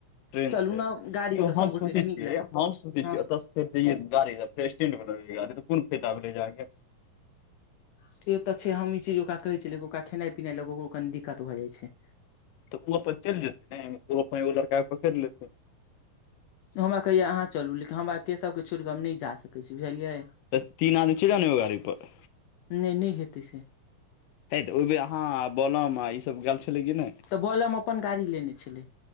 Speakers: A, on the left (about 85°); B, on the left (about 75°).
A: ट्रेन
B: चलू
A: से
B: ने गाड़ीसँ
A: यौ
B: सभ
A: हम
B: गोटेके
A: सोचै
B: नीक
A: छियै
B: लगतै
A: हम सोचैत
B: हँ
A: छियै ओतय सऽ फेरइये गाी फेर स्टेंड मे लग गाड़ी त को फायदा भेले के
B: से तऽ छै हम ई चीज ओकरा कहै छियै ओकरा खेनाइ पिनाइ लऽ कऽ ओकरो कनि दिक्कत भऽ जाइत छै
A: तऽ ओ अपन चलि जेतै ने ओ अपन एगो लड़का पकड़ि लेते
B: हमरा कैया अहाँ चलू लेकिन हमरा केसभकेँ छड़ कऽ हम नहि जा सकैत छी बुझलियै
A: तऽ तीन आदमी चलिान ओ गाड़ी पर
B: नहि नहि खेतै से
A: हे तऽ ओहि बे अहाँ आ बलम आर ईसभ गेल छलै कि नहि
B: तऽ बॉलम अपन गाड़ी लेने छलि